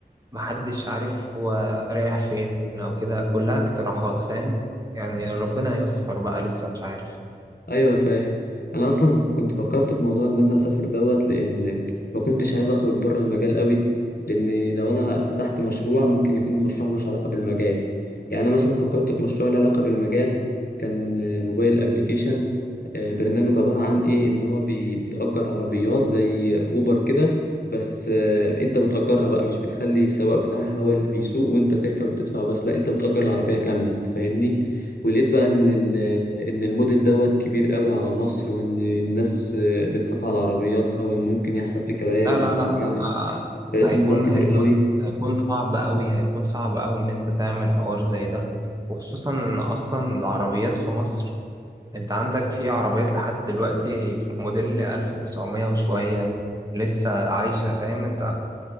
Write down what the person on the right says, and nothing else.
محدش عارف هو رايح فين أو كده كلها اقتراحات فاهم يعني ربنا ييسر بقى لسه مش عارف
لا لا
لا لا آه،
هيكون
هيكون
هيكون صعب أوي هيكون صعب أوي إن أنت تعمل حوار زي ده وخصوصا إن أصلا العربيات في مصر أنت عندك في عربيات لحد دلوقتي في موديل ألف تسعمية وشوية لسه عايشة فاهم أنت